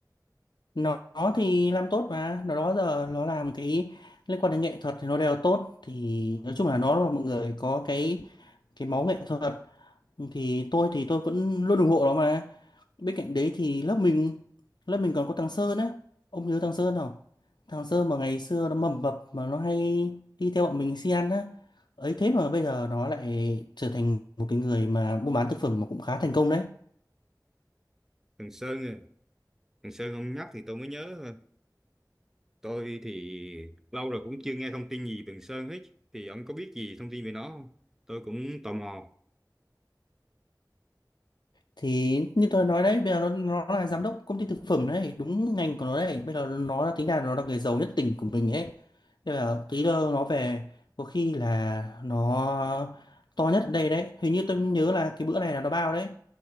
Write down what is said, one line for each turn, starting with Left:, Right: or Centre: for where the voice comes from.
Left: nó, nó thì làm tốt mà nó đó giờ nó làm cái liên quan đến nghệ thuật thì nó đều tốt thì nói chung là nó là một người có cái cái máu nghệ thuật thì tôi thì tôi vẫn luôn ủng hộ nó mà Bên cạnh đấy thì lớp mình lớp mình còn có thằng Sơn á. Ông nhớ thằng Sơn không? Thằng Sơn mà ngày xưa nó mầm mập mà nó hay đi theo bọn mình si ăn á. Ấy thế mà bây giờ nó lại trở thành một cái người mà buôn bán thực phẩm mà cũng khá thành công đấy.
Centre: Thằng Sơn, à. thằng Sơn ông nhắc thì tôi mới nhớ. ha. Tôi thì lâu rồi cũng chưa nghe thông tin gì về thằng Sơn hết. Thì ông có biết gì thông tin về nó không? Tôi cũng tò mò.
Left: Thì như tôi nói đấy, bây giờ nó, nó là giám đốc công ty thực phẩm đấy, đúng ngành của nó đấy. Bây giờ nó là tính là nó là người giàu nhất tỉnh của mình ấy. Thế là tí nữa nó về có khi là nó to nhất đây đấy. Hình như tôi nhớ là cái bữa này là nó bao đấy.